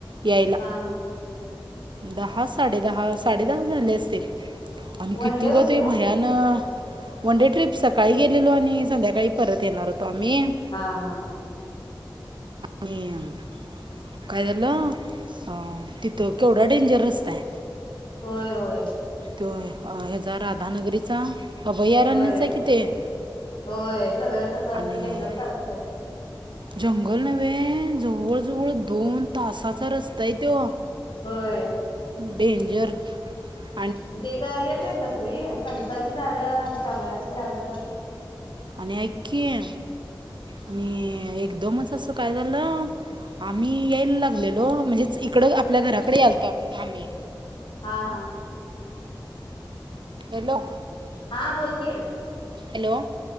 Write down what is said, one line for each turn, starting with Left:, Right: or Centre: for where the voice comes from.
Right: यायला
Left: हां हां
Right: दहा साडे दहा, साडे दहा झाले असतील. आणि
Left: वन
Right: किती
Left: डे होती
Right: ग ते
Left: काय
Right: भयान वनडे ट्रिप सकाळी गेलेलो आणि संध्याकाळी परत येणार होतो. तत्वावर मीआं-
Left: हा हा
Right: हुं काय झालं अः तिथं केवढा डेंजर रस्ताय.
Left: होंय होंय.
Right: होय हेजा राधानगरीचा. अभयारण्याचा
Left: होय,
Right: आहे की ते
Left: होय सगळं कस
Right: आणि
Left: असं जंगल सारखंच य.
Right: जंगल नव्हे जवळजवळ दोन तासाचा रस्ता आहे त्यो
Left: होय
Right: डेंजर- <inaudible>
Left: हिते तर आहेतच गं सगळी फणसाचीं झाड जांभळाची झाड-
Right: आणि आयीकीं आणि एकदमच असं काय झालं आम्ही यायला लागलेलो म्हणजेच इकड आपल्या घराकडे यालत आम्ही-
Left: हा हा
Right: हॅलो
Left: हां बोलकी
Right: हॅलो-